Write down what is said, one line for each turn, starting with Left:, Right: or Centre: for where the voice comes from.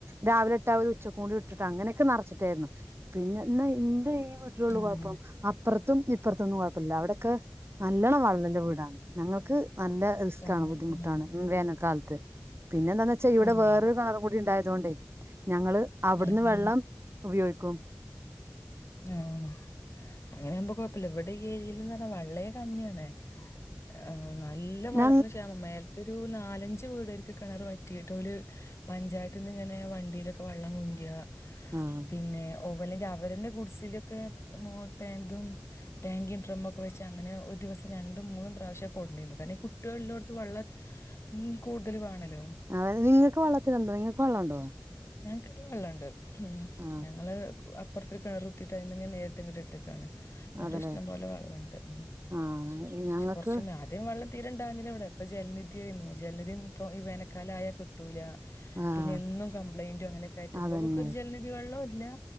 Right: രാവിലെട്ട ഒരു ഉച്ച കൂടി. ഇട്ടിട്ട് അങ്ങനെയൊക്കെ. നറച്ചിട്ടേരുന്നു.. പിന്നെ ന്നാ. എന്റെ ഈ വീട്ടിലൊള്ളു. കൊഴപ്പം
Left: ഉം
Right: ഇപ്പറത്തും. ഇപ്പറത്തൊന്നും കൊഴപ്പല്ല. അവിടെക്കെ നല്ലോണം. വള്ളള്ള വീടാണ്. ഞങ്ങൾക്ക് നല്ല.. റിസ്ക്കാണ്
Left: തന്നെ.
Right: ബുദ്ധിമുട്ടാണ്.
Left: ഉം
Right: മ്മ് വേനൽക്കാലത്ത്. പിന്നെന്താന്ന് വെച്ചാ. ഇവിടെ
Left: ഉം.
Right: വേറൊരു കേണർ വി ണ്ടായതൊണ്ടേ. ഞങ്ങള് അവിട്ന്ന്
Left: ആഹ് അതെ
Right: വെള്ളം ഉവുയോക്കും..
Left: ആഹ് അങ്ങനെയ ആവുമ്പോ കുഴപ്പല്ല. ഇവിടെ ഈ ഏരിയൽനിന്ന്ർണ്ണ. വള്ളേ കമ്മിയാണ്.. ആഹ് നല്ല വള്ളത്തിന്
Right: ഞ
Left: ക്ഷ്യമം മേൽ ഇതൊരു നാലഞ്ച് വീടെര്ക്ക്. കെണർ വറ്റിട്ട്. ഓല്. പഞ്ചായത്ത്ന്ന് ഇങ്ങനെ. വണ്ടിലൊക്കെ. വെള്ളം കൊണ്ട്യ
Right: ആഹ്
Left: പിന്നെ ഓവലെങ്കി അവരെന്നെ. കുടിസിലൊക്കെ മോ പേന്തും. ടാങ്കിം ഡ്രമ്മുക്കെ വെച്ച്. അങ്ങനെ ഒരു ദിവസം രണ്ടും മൂന്നും പ്രാവശ്യ കൊടുന്നിന്നു. കരണം കുട്ട്യോള്ളോടുത്ത് വെള്ള ഉം കൂടുതൽ വണലോ..
Right: <unintelligible> നിങ്ങക്ക് വള്ളത്തിലുണ്ടോ. നിങ്ങക്ക് വള്ളണ്ടോ..
Left: ഞങ്ങക്കിപ്പോ വെള്ളണ്ട്. ഉം
Right: ആഹ്
Left: ഞങ്ങള് അപ്പർത്ത് കെണറുത്തിട്ട്. അയിന്നങ്ങെനെ. നേരിട്ട്ങ്ങണ്ട് ഇട്ട്ക്കാണ്.. ന്നട്ട്
Right: അതല്ലേ
Left: ഇഷ്ടം പോലെ വളളണ്ട് ഉം
Right: ആഹ് ഞങ്ങൾക്ക്
Left: പഷേ കൊറച്ച മേൽ ദ്യം വെള്ളം തീരണ്ടാന്നില്ല ഇവിടെ. ഇപ്പൊ ജൽനിധി യെന്നു. ജൽനിധി തൊ ഈ വേനക്കാലായ. കിട്ടൂല
Right: ആഹ്
Left: പിന്നെ എന്നും കംപ്ലൈൻഡും. അങ്ങനെയൊക്കയിട്ട്. ഇപ്പൊ
Right: അതന്നെ
Left: ഒരു ജൽനിധി വെള്ളോല്ല..